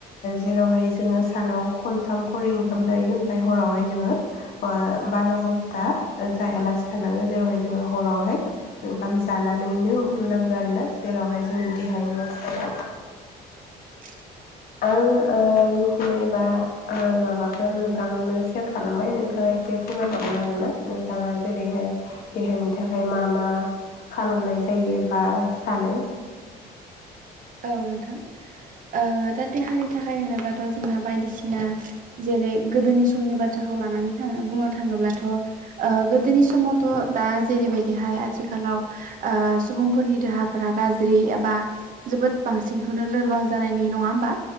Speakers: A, on the left; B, on the right.
A: जेरावहाय जोङो सानाव खनथामकरि ओंखाम जायो ओमफाय हरावहाय जोङो बार' घन्टा जाया लासि थानांगो जेरावहाय जोङो हरावहाय ओंखाम जानानैनो उन्दुनांगौ आरोना जेरावहाय जोंनि देहानि लस जाया।
B: <inaudible>
A: आङो मिथिनायबा माबाखो नोंथांनो सेयार खालामबाय नोंथाङा एसे फोरमायहरनो हागोनना नोंथाङा जेरैहाय देहानि थाखाय मा-मा ओ खालामनाय जायो बा सानो
B: औ नोंथां ओ दा देहानि थाखाय होनोबाथ' जोंना बायदिसि -ना जेरै गोदोनि समनि बाथ्राखौ लानानै थाङो बुंनो थाङोब्लाथ' गोदोनि समावथ' दा जेरैबायदिहाय आथिखालाव सुबुंफोरनि देहाफोरा गाज्रि एबा बा जोबो बांसिनखौनो लोरबां जानायनि नङा होमबा